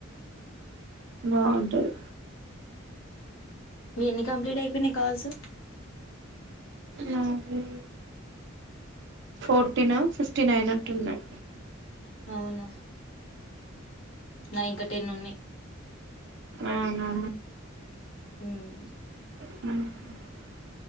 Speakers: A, on the right (about 60°); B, on the left (about 70°).
A: బాగుంటది
B: మీవి ఎన్ని కంప్లీట్ అయిపోయినాయి కాల్స్
A: నావి ఫోర్టీనో ఫిఫ్టీనో అయినట్టు ఉన్నాయి
B: అవునా నా ఇంకా టెన్ ఉన్నాయి
A: అవునా
B: మ్మ్
A: హ్